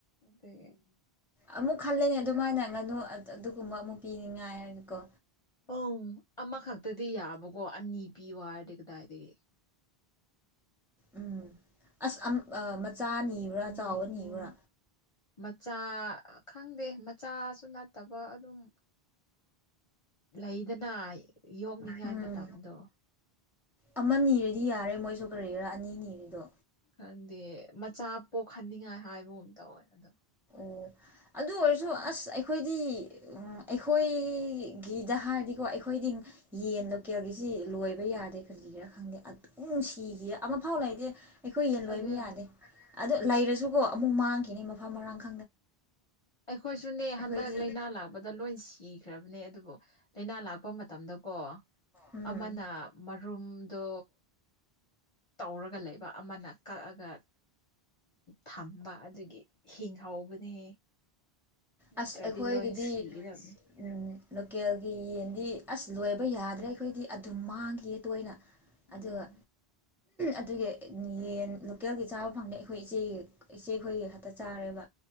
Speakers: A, on the left (about 35°); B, in the centre.
A: ꯑ
B: ꯑꯃꯨꯛ ꯈꯜꯂꯅꯦ ꯑꯗꯨꯃꯥꯏꯅ ꯉꯥꯅꯨ ꯑꯗꯨꯒꯨꯝꯕ ꯑꯃꯨꯛ ꯄꯤꯅꯤꯡꯉꯥꯏ ꯍꯥꯏꯔꯒꯦꯀꯣ
A: ꯑꯪ ꯑꯃꯈꯛꯇꯗꯤ ꯌꯥꯕꯀꯣ ꯑꯅꯤ ꯄꯤꯌꯣ ꯍꯥꯏꯔꯗꯤ ꯀꯗꯥꯏꯗꯒꯤ
B: ꯎꯝ ꯑꯁ ꯃꯆꯥ ꯅꯤꯕ꯭ꯔꯥ ꯆꯥꯎꯕ ꯅꯤꯕ꯭ꯔꯥ
A: ꯃꯆꯥ ꯈꯪꯗꯦ ꯃꯆꯥꯁꯨ ꯅꯠꯇꯕ ꯑꯗꯨꯝ ꯂꯩꯗꯅ ꯌꯣꯛꯅꯤꯡꯉꯥꯏ
B: ꯎꯝ
A: ꯃꯇꯝꯗꯣ
B: ꯑꯃ ꯅꯤꯔꯗꯤ ꯌꯥꯔꯦ ꯃꯣꯏꯁꯨ ꯀꯔꯤꯒꯔꯥ ꯑꯅꯤ ꯅꯤꯔꯤꯗꯣ
A: ꯈꯪꯗꯦ ꯃꯆꯥ ꯄꯣꯛꯍꯟꯅꯤꯡꯉꯥꯏ ꯍꯥꯏꯕꯒꯨꯝ ꯇꯧꯋꯦ ꯑꯗꯣ
B: ꯑꯣ ꯑꯗꯨ ꯑꯣꯏꯔꯁꯨ ꯑꯁ ꯑꯩꯈꯣꯏꯗꯤ ꯑꯩꯈꯣꯏꯒꯤꯗ ꯍꯥꯏꯔꯗꯤꯀꯣ ꯑꯩꯈꯣꯏꯗꯤ ꯌꯦꯟ ꯂꯣꯀꯦꯜꯒꯤꯁꯤ ꯂꯣꯏꯕ ꯌꯥꯔꯦ ꯀꯔꯤꯒꯤꯔꯥ ꯈꯪꯗꯦ ꯑꯗꯨꯝ ꯅꯨꯡꯁꯤꯈꯤ ꯑꯃꯐꯥꯎ ꯂꯩꯗꯦ ꯑꯩꯈꯣꯏ ꯌꯦꯟ ꯂꯣꯏꯕ
A: ꯑꯗ
B: ꯌꯥꯗꯦ ꯑꯗꯣ ꯂꯩꯔꯁꯨꯀꯣ ꯑꯃꯨꯛ ꯃꯥꯡꯈꯤꯅꯤ ꯃꯐꯝ ꯃꯔꯥꯡꯛꯇ
A: ꯑꯩꯈꯣꯏꯁꯨꯅꯦ
B: ꯑꯩꯈꯣꯏꯗꯤ
A: ꯍꯟꯗꯛ ꯂꯥꯏꯅꯥ ꯂꯥꯛꯄꯗ ꯂꯣꯏ ꯁꯤꯈ꯭ꯔꯕꯅꯦ ꯑꯗꯨꯕꯨ ꯂꯥꯏꯅꯥ ꯂꯥꯛꯄ ꯃꯇꯝꯗꯀꯣ
B: ꯎꯝ
A: ꯑꯃꯅ ꯃꯔꯨꯝꯗꯣ ꯇꯧꯔꯒ ꯂꯩꯕꯥꯛ ꯑꯃꯅ ꯀꯛꯑꯒ ꯊꯝꯕ ꯑꯗꯨꯒꯤ ꯍꯤꯡ ꯍꯥꯎꯕꯅꯦ ꯅꯠꯇ꯭ꯔꯗꯤ
B: ꯑꯁ ꯑꯩꯈꯣꯏꯒꯤꯗꯤ
A: ꯂꯣꯏ ꯁꯤꯒꯗꯕꯅꯦ
B: ꯎꯝ ꯂꯣꯀꯦꯜꯒꯤ ꯌꯦꯟꯗꯤ ꯑꯁ ꯂꯣꯏꯕ ꯌꯥꯗ꯭ꯔꯦ ꯑꯩꯈꯣꯏꯗꯤ ꯑꯗꯨꯝ ꯃꯥꯡꯈꯤꯌꯦ ꯇꯣꯏꯅ ꯑꯗꯨꯒ
A: ꯎꯝ
B: ꯑꯗꯨꯒꯤ ꯌꯦꯟ ꯂꯣꯀꯦꯜꯒꯤ ꯆꯥꯕ ꯐꯪꯗꯦ ꯑꯩꯈꯣꯏ ꯏꯆꯦꯒꯤ ꯏꯆꯦ ꯑꯩꯈꯣꯏꯒꯤ ꯈꯛꯇ ꯆꯥꯔꯦꯕ